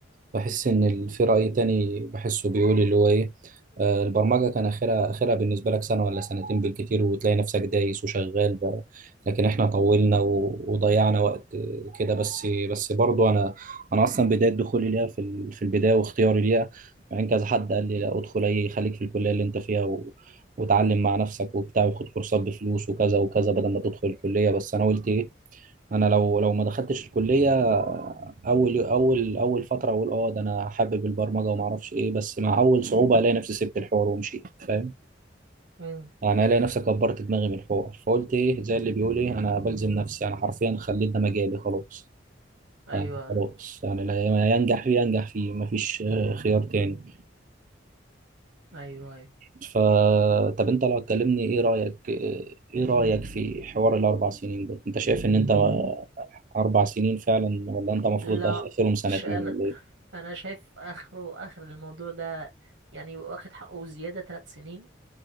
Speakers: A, on the right; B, on the right.
A: بحس ان ال- في رأي تاني بحسه بيقول اللي هو ايه آه، البرمجة كان اخرها اخرها بالنسبة لك سنة ولا سنتين بالكتير وتلاقي نفسك دايس وشغال بقى لكن احنا طولنا و- وضيعنا وقت آه، كده بس بس برضو انا انا اصلا بداية دخولي ليها في ال- في البداية واختياري ليها مع ان كذا حد قال لي لا ادخل اي خليك في الكلية اللي انت فيها و... وتعلم مع نفسك وبتاع وخد كورسات بفلوس وكذا وكذا بدل ما تدخل الكلية بس انا قلت ايه انا لو لو ما دخلتش الكليه اول اول اول فتره اقول اه ده انا حابب البرمجه وما اعرفش ايه بس مع اول صعوبه الاقي نفسي سبت الحوار ومشيت فاهم
B: امم
A: يعني الاقي نفسي كبرت دماغي من الحوار فقلت ايه زي اللي بيقول ايه انا بلزم نفسي انا حرفيا خليت ده مجالي خلاص
B: ايوه
A: آه، خلاص يعني اللي ينجح فيه ينجح فيه مفيش آه، خيار تاني
B: ايوه ايوه
A: ف طب انت لو تكلمني ايه رايك ايه رايك في حوار الاربع سنين ده انت شايف ان انت اربع سنين فعلا ولا انت المفروض
B: لا
A: اخرهم سنتين
B: ش- انا
A: ولا ايه
B: انا شايف اخره اخر الموضوع ده يعني يبقى واخد حقه زيادة ثلاث سنين